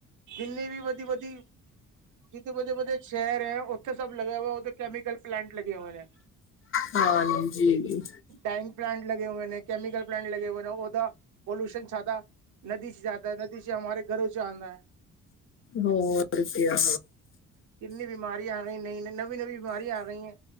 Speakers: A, on the right; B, on the left.
A: ਜਿੰਨੀ ਵੀ ਵਧੀ ਵਧੀ, ਜਿਥੇ ਵਧੇ ਵਧੇ ਸ਼ਹਿਰ ਐ ਉ ਉੱਥੇ ਸਬ ਲਗਿਆ ਹੋਇਆ ਉਥੇ ਕੈਮਿਕਲ ਪਲਾਂਟ ਲਗੇ ਹੋਏ ਐ।
B: ਹੋਰ ਹਾਂਜੀ
A: ਟੈਂਕ ਪਲਾਂਟ ਲਗੇ ਹੋਏ ਨੇ ਕੈਮੀਕਲ ਪਲਾਂਟ ਲਗੇ ਹੋਏ ਨੇ ਉਹਦਾ, ਪੋਲੂਸ਼ਨ ਜਾਦਾ। ਨਦੀ ਸੀ ਜਾਦਾ ਐ ਨਦੀ ਸੀ ਹਮਾਰੇ ਘਰੋਂ ਚ ਆਨਾ ਐ।
B: ਹੋਰ ਕਿਆ,
A: ਕਿੰਨੀ ਬਿਮਾਰੀਆਂ ਆ ਗਈ ਨੇ ਨਵੀ ਨਵੀਂ ਬਿਮਾਰੀਆਂ ਆ ਗਈਆਂ।